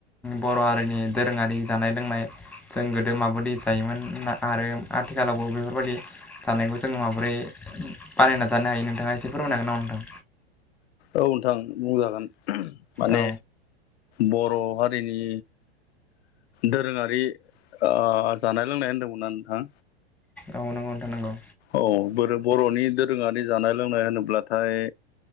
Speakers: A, in the centre; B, on the left.
A: बर' हारिनि दोरोङारि जानाय लोंनाय जों गोदो माबायदि जायोमोन? आरो आथिखालावबो बेफोरबायदि जानायखौ जोङो माबोरै बानायना जानो हायो नोंथाङा फोरमायनो हागोन नामा नोंथां?
B: औव नोंथां बुंजागोन माने
A: औ
B: बर' हारिनि दोरोङारि ओ जानाय लोंनाय होनदोंमोनना नोंथां।
A: औव नोंगौ नोंथां नांगौ।
B: औव ब बर'नि दोरोङारि जानाय लोंनाय होनोब्लाथाय